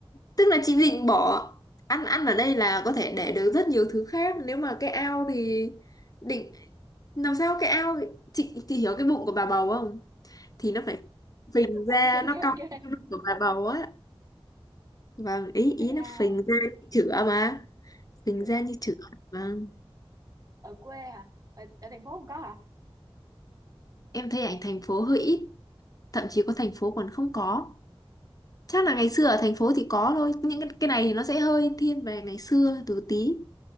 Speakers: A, on the left; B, on the right.
A: tức là chị định bỏ ăn ăn ở đây là có thể để được rất nhiều thứ khác nếu mà cái ao thì định làm sao cái ao chị chị hiểu cái bụng của bà bầu không thì nó phải phình ra
B: Ờ, ok ok
A: nó
B: ok
A: cong cái bụng của bà bầu á vâng ý
B: cái
A: ý
B: ao
A: nó phình ra như chữa mà phình
B: chữa
A: ra như chữa vâng
B: ở quê hả ở, ở thành phố không có hả
A: em thấy ảnh thành phố hơi ít thậm chí có thành phố còn không có chắc là ngày xưa ở thành phố thì có thôi những cái, cái này thì nó sẽ hơi thiên về ngày xưa từ tí